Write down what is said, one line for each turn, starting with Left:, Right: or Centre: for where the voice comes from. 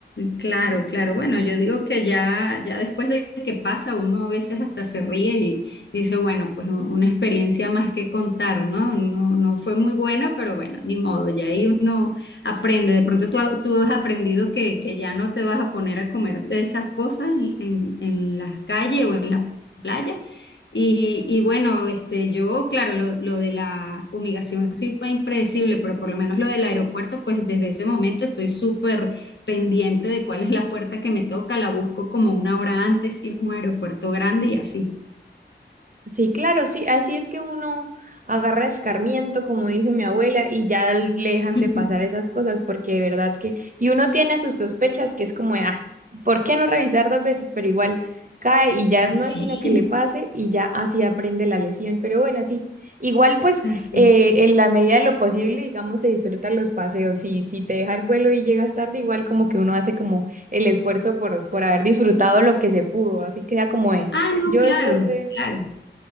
Left: Claro,
Right: Ujú.
Left: claro. Bueno, yo digo que ya, ya después de que pasa, uno a veces hasta se ríe y dice, bueno, pues un- una experiencia más que contar, ¿no? No, no fue muy buena, pero bueno, ni modo, ya ahí uno aprende. De pronto tú, ha- tú has aprendido que, que ya no te vas a poner a comer de esas cosas en, en la calle o en la playa. Y, y bueno, este, yo, claro, lo, lo de la fumigación sí fue impredecible, pero por lo menos lo del aeropuerto, pues desde ese momento estoy súper pendiente de cuál es la puerta que me toca, la busco como una hora antes si es un aeropuerto grande y así.
Right: Sí, claro, sí, así es que uno agarra escarmiento, como dice mi abuela, y ya le dejan
Left: <laughs>
Right: de pasar esas cosas, porque de verdad que, y uno tiene sus sospechas, que es como, de, ah, ¿por qué no revisar dos veces? Pero igual cae y ya no
Left: Sí,
Right: es sino que le pase y ya así aprende la lesión. Pero bueno, sí, igual pues
Left: así.
Right: eh, en la medida de lo posible, digamos, se disfrutan los paseos. Y si te deja el vuelo y llegas tarde, igual como que uno hace como el esfuerzo por, por haber disfrutado lo que se pudo, así queda como de...
Left: Ah, no,
Right: Yo
Left: claro,
Right: después de,
Left: claro.